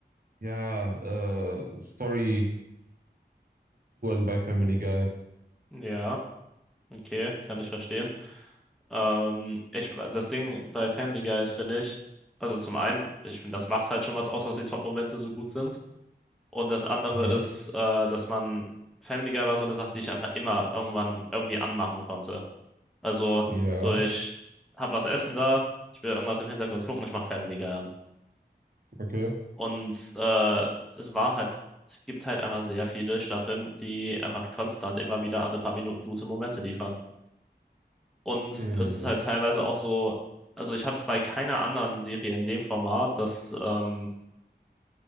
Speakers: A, on the right; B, in the centre.
A: ja, äh, Story-Strukturen bei Family Guy.
B: ja, okay, kann ich verstehen. Ähm, ich, das Ding bei Family Guy ist, finde ich, also zum einen, ich finde, das macht halt schon was aus, dass die Top-Momente so gut sind. Und das andere
A: Okay.
B: ist, äh, dass man, Family Guy war so eine Sache, die ich einfach immer irgendwann irgendwie anmachen konnte. Also,
A: Ja,
B: so ich hab was essen da, ich will irgendwas im Hintergrund gucken, ich mach Family Guy an.
A: okay.
B: Und äh, es war halt, es gibt halt einfach sehr viele Staffeln, die einfach konstant immer wieder alle paar Minuten gute Momente liefern. Und
A: Hm.
B: das ist halt teilweise auch so, also ich habe es bei keiner anderen Serie in dem Format, dass, ähm,